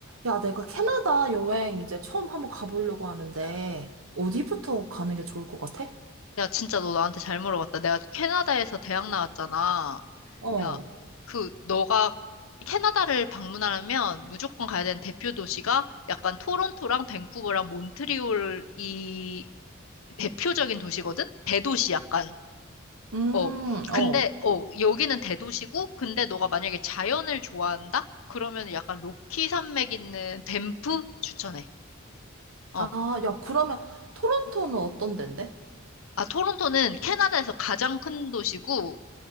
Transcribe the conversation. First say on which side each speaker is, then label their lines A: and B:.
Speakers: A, on the right; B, on the left.
A: 야, 내가 캐나다 여행 이제 처음 한번 가보려고 하는데, 어디부터 가는 게 좋을 것 같아?
B: 야, 진짜 너 나한테 잘 물어봤다. 내가 캐나다에서 대학 나왔잖아.
A: 어,
B: 야, 그, 너가 캐나다를 방문하려면 무조건 가야 되는 대표 도시가 약간 토론토랑 밴쿠버랑 몬트리올이 대표적인 도시거든? 대도시 약간.
A: 음,
B: 어, 근데,
A: 어.
B: 어, 여기는 대도시고, 근데 너가 만약에 자연을 좋아한다? 그러면 약간 로키 산맥 있는 밴프 추천해. 어.
A: 아, 야, 그러면 토론토는 어떤 데인데?
B: 아, 토론토는 캐나다에서 가장 큰 도시고,